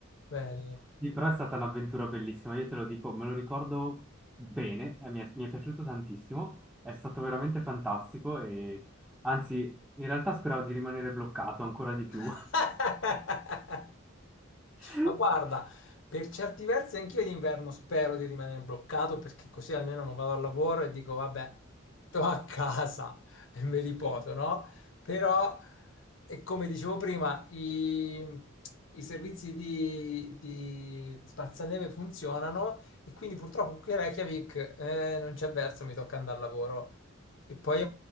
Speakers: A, on the left (about 65°); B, in the centre.
A: Bene.
B: Sì, però è stata un'avventura bellissima, io te lo dico, me lo ricordo bene, e mi è, mi è piaciuto tantissimo, è stato veramente fantastico e anzi, in realtà speravo di rimanere bloccato ancora di più.
A: <laughs>
B: <laughs>
A: Ma guarda, per certi versi anch'io d'inverno spero di rimanere bloccato perché così almeno non vado al lavoro e dico vabbè, sto a casa e mi riposo, no? Però, e come dicevo prima, i, i servizi di, di spazzaneve funzionano e quindi purtroppo qui a Reykjavik eh, non c'è verso, mi tocca andare al lavoro. E poi